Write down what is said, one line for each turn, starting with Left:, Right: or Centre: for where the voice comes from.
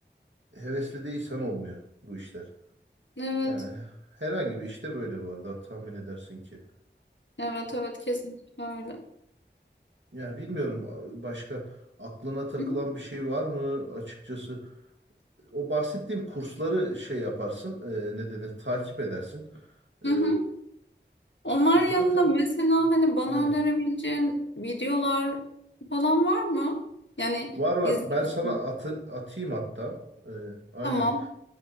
Right: Hevesli değilsen olmuyor bu işler.
Left: Evet.
Right: Yani herhangi bir işte böyle bu arada tahmin edersin ki.
Left: Evet evet kesinlikle öyle.
Right: Yani bilmiyorum a- başka aklına takılan
Left: Hı hı.
Right: bir şey var mı açıkçası? O bahsettiğim kursları şey yaparsın, e, ne denir, takip edersin.
Left: Hı
Right: E,
Left: hı. hı. Onlar
Right: zaten
Left: yanında mesela hani bana
Right: aynen.
Left: önerebileceğin videolar falan var mı? Yani
Right: Var var.
Left: izlersin.
Right: Ben sana atı, atayım hatta. E, aynen.
Left: Tamam.